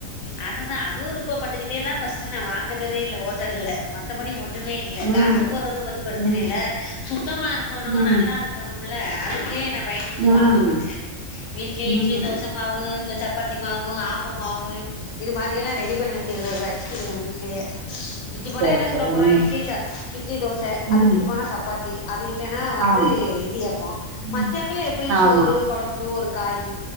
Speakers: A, on the left; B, on the right.
A: அதுதா அறுவறுப்ப பட்டுக்கிட்டே தா பஃஸ்ட்டு நா வாங்கறதே இல்ல ஹோட்டல்ல மத்தபடி ஒன் துமே இல்ல காசு
B: ம்,
A: போறது பத்தி பிரச்சன
B: ம்,
A: இல்ல சுத்தமா இருக்கணு
B: ம்,
A: நல்லா இருக்கணும்னு ல்ல அதுக்கே என்ன பயந்துக்கிட்டு
B: ம்,
A: வாங்க மாட்டே வீட்லயே
B: ம்.
A: இட்லி தோச மாவு இந்த சப்பாத்தி மாவு ஆப்ப மாவு இது மாரியெல்லா ரெடி பண்ணி வச்சுக்கற வச்சுகிடுவே வீட்லயே மிஞ்சி போனா
B: சரி,
A: என்ன
B: சரி.
A: சுட போறா
B: உண்ம.
A: இட்லி ச இட்லி தோச அதுக்மிஞ்சி
B: ம்.
A: போனா சப்பாத்தி அது இல் லன்னா வந்து
B: ஆமா,
A: இடியப்பொ
B: ம்.
A: மத்யாத்துல எப்புடியு
B: ஆமா.
A: சோறு கொழம்பு ஒரு காயி